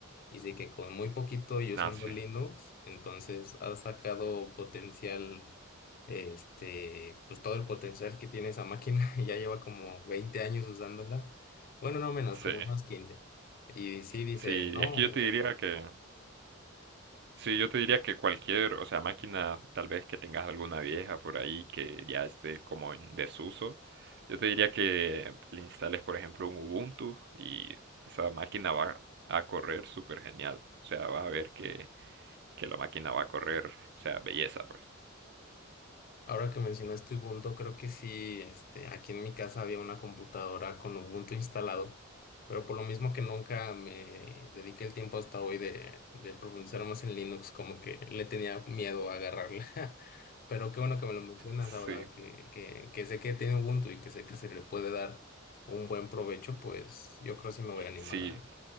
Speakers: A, on the left; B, on the right.
A: Y sí que con muy poquito y
B: nada,
A: usando
B: sí.
A: Linux, entonces ha sacado potencial este, pues todo el potencial que tiene esa máquina, <laughs> ya lleva como 20 años usándola, bueno, no menos,
B: Sí.
A: como unos quince Y sí dice,
B: Sí,
A: no,
B: es que
A: o
B: yo
A: sea,
B: te diría que, sí, yo te diría que cualquier, o sea, máquina, tal vez que tengas alguna vieja por ahí que ya esté como en desuso, yo te diría que le instales, por ejemplo, un Ubuntu y esa máquina va a correr súper genial. O sea, vas a ver que, que la máquina va a correr, o sea, belleza, pues.
A: Ahora que mencionaste Ubuntu, creo que sí, este, aquí en mi casa había una computadora con Ubuntu instalado, pero por lo mismo que nunca me dediqué el tiempo hasta hoy de, de profundizar más en Linux, como que le tenía miedo a agarrarla. <laughs> Pero qué bueno que me lo mencionas
B: Sí,
A: ahora, que, que, que sé que tiene Ubuntu y que sé que se le puede dar un buen provecho, pues yo creo que sí me voy a animar
B: sí.
A: a